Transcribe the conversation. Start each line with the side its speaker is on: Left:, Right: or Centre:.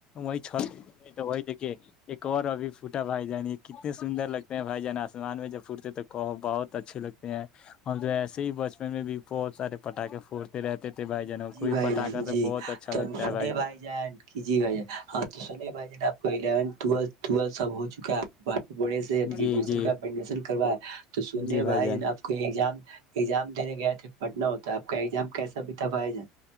Left: وہ چل تو وہی دیکے ایک اور ابھی فھوٹا بھائی جان یہ کتنے سندر لگتے ہیں بھائی جان آ ان میں جب پٹتے تو کہو بہت اچھے لگتے ہیں ہم تو ایسے ہی بچپن میں بھی بہت سارے پٹااکے پھڑتے رہتے تھے بھائی جان ہم
Right: جی
Left: کوئی
Right: بھائی
Left: پٹاخہ
Right: جان
Left: سے
Right: جی
Left: بہت اچھا
Right: تو
Left: لگتا
Right: سنے
Left: ہے
Right: بھائی جان کی جی بھائی جان ہم تو سن بھائی ج آپ کوون ل ٹو سب ہو چکا آپڑ سے گریجویشن
Left: جی جی
Right: کاڈن کروا تو سننے
Left: جی
Right: بھائی
Left: جان
Right: ج آپ کو یہ ام ایام دینے گئے تھے پڑھنا ہوتا آپ کا ایگزام کیسا بھی تھاب جا